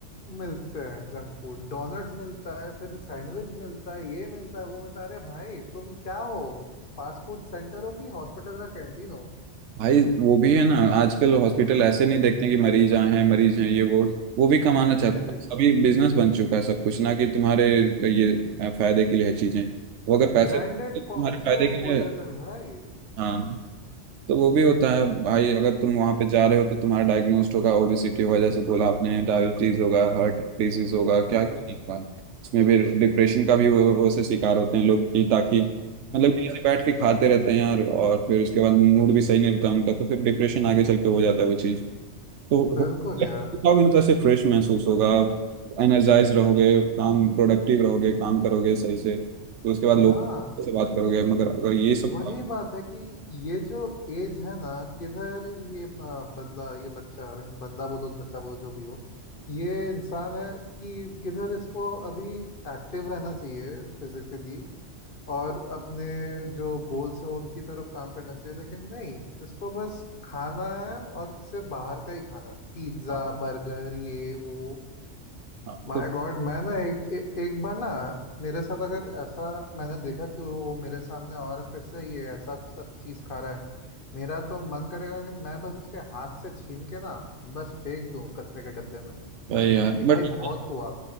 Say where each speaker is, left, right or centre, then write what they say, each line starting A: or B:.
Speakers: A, on the left (about 50°); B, on the right (about 75°).
A: मिलते हैं जंक फूड डोनट्स मिलता है फिर सैंडविच मिलता है ये मिलता है वो मिलता है अरे भाई तुम क्या हो फास्ट फूड सेंटर हो कि हॉस्पिटल का कैंटीन हो
B: भाई वो भी है ना आजकल हॉस्पिटल ऐसे नहीं देखते कि मरीज आए हैं मरीज हैं ये वो वो भी कमाना चाहते
A: जी जी
B: हैं अभी बिजनेस बन चुका है सब कुछ ना कि तुम्हारे ये फायदे के लिए है चीजें वो अगर पैसे
A: ब्रांडेड
B: तुम्हारे
A: कॉफी स्टोर्स
B: फायदे के
A: खोल
B: लिए है,
A: देते हैं भाई
B: हाँ तो वो भी होता है भाई अगर तुम वहां पे जा रहे हो तो तुम्हारा डायग्नोस्ट होगा ओबेसिटी होगा जैसे बोला आपने डायबिटीज होगा हार्ट डिजीज होगा
A: जी
B: क्या क्या
A: जी
B: नहीं होगा उसमें भी डिप्रेशन का भी वो वो से शिकार होते हैं लोग कि ताकि
A: हम्म
B: मतलब कि ऐसे बैठ के खाते रहते हैं यार और फिर उसके बाद मूड भी सही नहीं होता उनका तो फिर डिप्रेशन आगे चल के हो जाता है वो चीज़ तो हो-
A: बिल्कुल यार
B: खाओगे ना तो ऐसे फ्रेश महसूस होगा एनर्जाइज रहोगे काम प्रोडक्टिव रहोगे काम करोगे सही से तो उसके बाद
A: हाँ
B: लोग से बात करोगे मगर अगर ये सब
A: वही
B: हाँ
A: बात है कि ये जो एज है ना किधर ये आ, बंदा ये बच्चा बंदा बोलो बच्चा बोलो जो भी हो ये इंसान है कि किधर इसको अभी एक्टिव रहना चाहिए फिजिकली और अपने जो गोल्स हैं उनकी तरफ काम करना चाहिए लेकिन नहीं इसको बस खाना है और सिर्फ बाहर का ही खाना है पिज्ज़ा
B: हाँ,
A: बर्गर ये वो
B: हाँ।
A: माय
B: तो
A: गॉड मैं ना एक ए, एक बार ना मेरे साथ अगर ऐसा मैंने देखा कि वो मेरे सामने और फिर से ये ऐसा सब चीज खा रहा है मेरा तो मन करेगा कि मैं बस उसके हाथ से छीन के ना बस फेंक दूं कचरे के डब्बे में
B: भाई यार
A: कि भाई
B: बट
A: बहुत हुआ